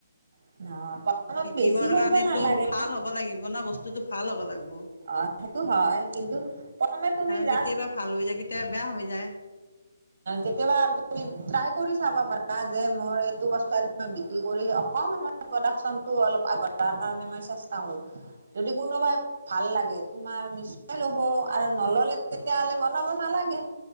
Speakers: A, on the right; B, on the left.
A: <inaudible>
B: মানে বিকিবৰ
A: বেছি কৰিব
B: কাৰণো
A: নালাগে
B: ভাল হ'ব লাগিব না বস্তুতটো ভাল হ'ব লাগিব।
A: অ, ' সেইটো হয় কিন্তু প্ৰথমে তুমি
B: আৰু
A: জা
B: কেতিয়াবা ভাল হৈ যায় কেতিয়াবা বেয়া হৈ যায়।
A: কেতিয়াবা তুমি ট্ৰাই কৰি চাব পাৰা যে মোৰ এইটো বস্তু আ মই বিক্ৰি কৰি অকণমান প্ৰডাকশ্যনটো অলপ আগবঢ়োৱাৰ তাৰ কাৰণে মই চেষ্টা কৰো। যদি কোনোবাই ভাল লাগে তোমাৰ নিশ্চয় ল'ব আৰু নললে তেতিয়াহ'লে বনাব নালাগে।